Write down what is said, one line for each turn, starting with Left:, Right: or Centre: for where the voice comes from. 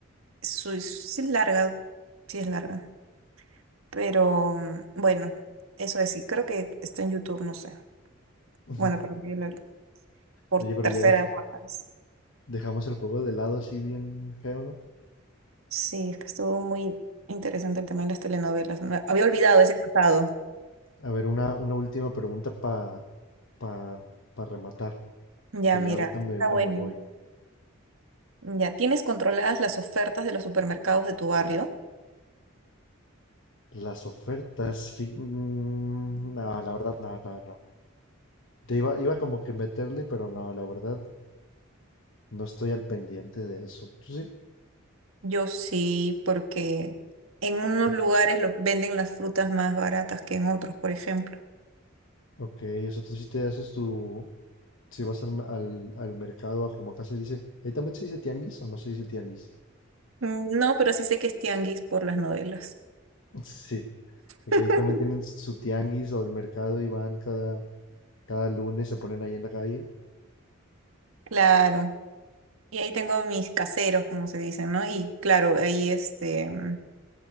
Right: Su- es- Sí es larga, sí es larga, pero mm, bueno, eso es, sí, creo que está en YouTube, no sé.
Left: <laughs>
Right: Bueno, pero yo la vi por
Left: Oye, pero
Right: tercera
Left: ya dej-
Right: vez.
Left: dejamos el juego de lado así bien feo, ¿no?
Right: Sí, es que estuvo muy interesante el tema de las telenovelas. no- Había olvidado ese pasado.
Left: A ver, una, una última pregunta para pa, pa pa rematar,
Right: Ya,
Left: que
Right: mira,
Left: ya ahorita me,
Right: está bueno.
Left: me voy.
Right: Ya, ¿tienes controladas las ofertas de los supermercados de tu barrio?
Left: Las ofertas, fi- mm, no, la verdad, no, no, no. Te iba, iba como que meterle, pero no, la verdad, no estoy al pendiente de eso. ¿Tú sí?
Right: Yo sí, porque en unos
Left: De
Right: lugares
Left: que-
Right: lo- venden las frutas más baratas que en otros, por ejemplo.
Left: Ok, o sea, tú sí te haces tu, si vas al, al, al mercado, a como acá se dice, ahí también se dice tianguis o no se dice tianguis.
Right: Mm, No, pero sí sé que es tianguis por las novelas.
Left: Sí, y
Right: <laughs>
Left: que ahí también tienen su tianguis o el mercado y van cada, cada lunes, se ponen ahí en la calle.
Right: Claro. Y ahí tengo mis caseros, como se dicen, ¿no? Y claro, ahí este mm,